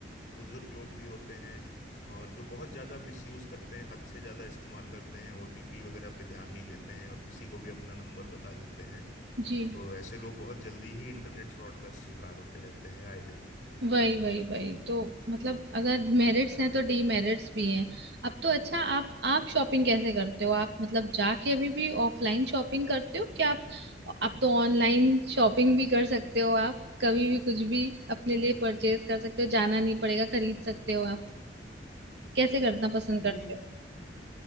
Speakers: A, on the left; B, on the right.
A: बुजुर्ग लोग भी होते हैं और जो बहुत ज़्यादा मिसयूज़ करते हैं हद से ज़्यादा इस्तेमाल करते हैं ओटीपी वगैरह पे ध्यान नहीं देते हैं और किसी को भी अपना नंबर बता देते हैं
B: जी
A: तो ऐसे लोग बहुत जल्दी ही इंटरनेट फ्रॉड का शिकार होते रहते हैं आए दिन
B: वही वही वही तो मतलब अगर मेरिट्स हैं तो डीमेरिट्स भी हैं अब तो अच्छा आप आप शॉपिंग कैसे करते हो आप मतलब जाके अभी भी ऑफलाइन शॉपिंग करते हो क्या आप आप तो ऑनलाइन शॉपिंग भी कर सकते हो आप कभी भी कुछ भी अपने लिए परचेज कर सकते हो जाना नहीं पड़ेगा खरीद सकते हो आप कैसे करना पसंद
A: नहीं
B: करते हो